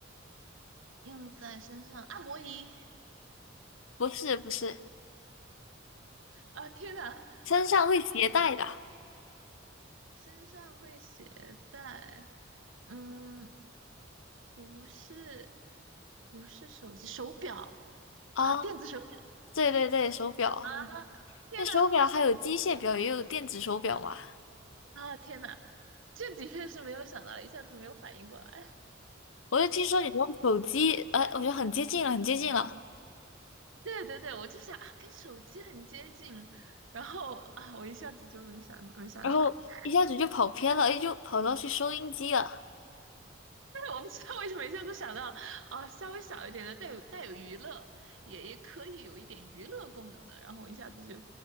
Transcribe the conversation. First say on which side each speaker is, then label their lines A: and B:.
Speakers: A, on the right (about 80°); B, on the left (about 75°).
A: 用在身上，按摩仪，
B: 不是不是，
A: 啊，天哪，
B: 身上会携带的
A: 身上会携带，嗯，不是，不是手机，手表
B: 啊，
A: 啊，电子手表
B: 对对对，手表，
A: 啊，天哪，
B: 那手表还有机械表，也有电子手表嘛。
A: 啊，天哪，这的确是没有想到，一下子没有反应过来。
B: 我就听说你用手机，呃，我觉得很接近了，很接近了，
A: 对对对，我就想啊，跟手机很接近，然后啊，我一下子就没想没想出来，
B: 然后一下子就跑偏了，
A: <laughs>
B: 哎，就跑到去收音机了。
A: 但是我不知道为什么一下子想到，哦，稍微小一点的带有带有娱乐，也也可以有一点娱乐功能的，然后我一下子就